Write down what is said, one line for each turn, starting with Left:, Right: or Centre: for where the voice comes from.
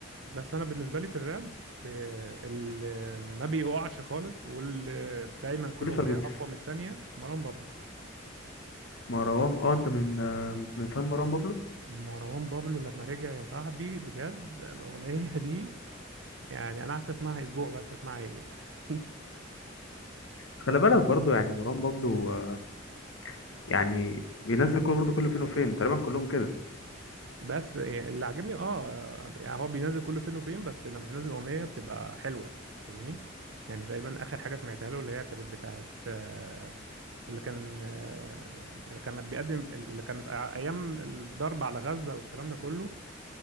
Right: بس انا بالنسبه لي في الراب آه، اللي ما بيقعش خالص واللي دايما كل
Left: كل
Right: اغنيه
Left: شباب يوسف
Right: اقوى من التانية مروان بابلو
Left: مروان اه انت من آه، من فن مروان بابلو
Right: مروان بابلو لما رجع يا صاحبي بجد الاغنيه <laughs> دي يعني انا قعدت اسمعها اسبوع بس اسمعها هي <laughs>
Left: بس خلي بالك برضه يعني مروان بابلو آه، يعني بينزل كل برضه كل فين وفين تقريبا كلهم
Right: بس يعني اللي عاجبني اه يعني هو بينزل كل فين وفين بس لما بينزل اغنيه بتبقى حلوه فاهمني يعني تقريبا اخر حاجه سمعتها له اللي هي كانت بتاعت آه، اللي كان آه، اللي كان بيقدم اللي كانت ايام الضرب على غزه والكلام ده كله